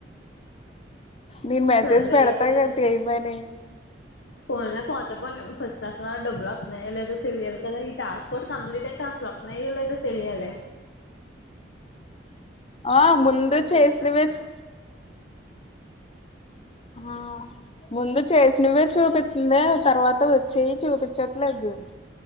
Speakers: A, on the left; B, on the left.
A: నేను మెసేజ్
B: సర్లే
A: పెడతా
B: ఏదిలేదులే
A: కదా చేయమని
B: పోన్లే పోతే పోని ఫస్ట్ కసలు డబ్బులు వతున్నాయో లేదో తెలియాలి కదా ఈ టాస్క్ ఒటి కంప్లీట్ అయితే అసల్ ఒ నయోలేదో తెలియాలే
A: ఆ ముందు చేసినవే
B: ఏంటంట
A: చి ఆ ముందు చేసినవే చూపిస్తుంది తర్వాత వచ్చేయి చూపించట్లేదు